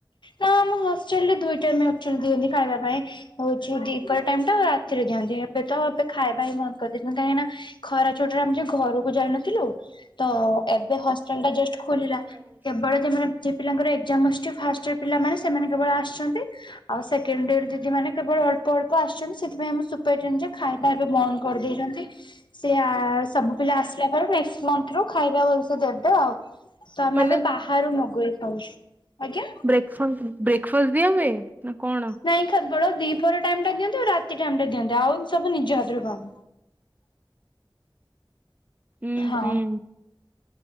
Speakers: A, on the left; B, on the right.
A: ନା ଆମ ହଷ୍ଟେଲ ରେ ଦୁଇ ଟାଇମ୍ ଆକଚୁଆଲି ଦିଅନ୍ତି ଖାଇବା ପାଇଁ। ହଉଛି ଦୀପହର ଟାଇମ ଟା ରାତିରେ ଦିଅନ୍ତି ଏବେ ତ ଏବେ ଖାଇବା ହିଁ ବନ୍ଦ କରିଦେଇଚନ୍ତି କାହିଁକି ନା ଖରା ଛୁଟିରେ ଆମେ ଯଉ ଘରକୁ ଯାଇନଥିଲୁ ତ ଏବେ ହଷ୍ଟେଲ୍ ଟା ଜଷ୍ଟ ଖୋଲିଲା।
B: ହୁଁ।
A: କେବଳ ଯୋଉମାନେ ଯୋଉ ପିଲାଙ୍କର ଏକ୍ସାମ୍ ଆସୁଛି ଫାର୍ଷ୍ଟ ସେ ପିଲାମାନେ ସେମାନେ କେବଳ ଆସୁଛନ୍ତି। ଆଉ ସେକେଣ୍ଡ ଡେ ରେ ଯେ ଯେ ମାନେ କେବଳ ଅଳ୍ପ ଅଳ୍ପ ଆସୁଛନ୍ତି ସେଥିପାଇଁ ଆମ ସୁପରଟେଣ୍ଡ ଖାଈ ଟା ଏବେ ବନ୍ଦ କରିଦେଇଚନ୍ତି। ସେ ଆ ସବୁ ପିଲା ଆସିଲା ବୁଳୁକୁ ନେଷ୍ଟ ମଥ ରୁ ଖାଇବା ଭଲସେ ଦେବେ ଆଉ। ତ ଆମେ
B: ମାନେ
A: ଏବେ ବାହାରୁ ମଗେଇ ଖାଉଛୁ ଆଜ୍ଞା
B: ବ୍ରେକଫ ବ୍ରେକଫାଷ୍ଟ ଦିଆ ହୁଏ ନା କଣ?
A: ନାଇଁ କେବଳ ଦିପହର ଟାଇମ୍ ଟା ଦିଅନ୍ତି ଆଉ ରାତି ଟାଇମ୍ ଟା ଦିଅନ୍ତି ଆଉ ସବୁ ନିଜ ହାତରୁ ଖାଉ।
B: ଉଁ
A: ହଁ
B: ହୁଁ।